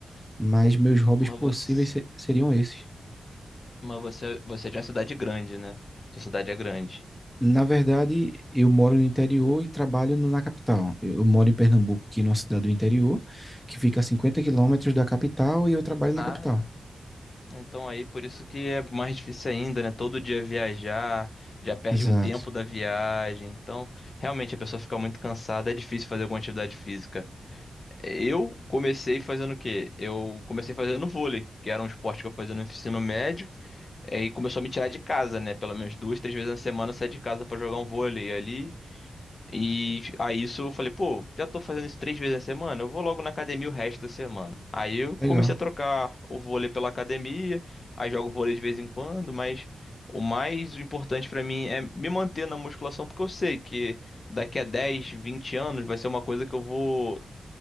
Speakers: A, in the centre; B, on the left (about 40°).
A: mas meus hobbies
B: Mas
A: possíveis
B: você,
A: se- seriam esses.
B: mas você, você é de uma cidade grande, né? Sua cidade é grande.
A: Na verdade, eu moro no interior e trabalho no- na capital. Eu eu moro em Pernambuco, aqui numa cidade do interior, que fica a 50 quilômetros da capital, e eu trabalho na
B: Ah.
A: capital.
B: Então aí, por isso que é mais difícil ainda, né? Todo dia viajar, já perde
A: Exato.
B: um tempo da viagem. Então, realmente a pessoa fica muito cansada, é difícil fazer alguma atividade física. Eu comecei fazendo o quê? Eu comecei fazendo vôlei, que era um esporte que eu fazia no ensino médio, É, e aí começou a me tirar de casa, né? Pelo menos duas, três vezes na semana eu saía de casa pra jogar um vôlei ali. E aí isso eu falei, pô, já tô fazendo isso três vezes na semana, eu vou logo na academia o resto da semana. Aí eu
A: Legal.
B: comecei a trocar o vôlei pela academia, aí jogo vôlei de vez em quando, mas o mais importante pra mim é me manter na musculação, porque eu sei que daqui a 10 20 anos vai ser uma coisa que eu vou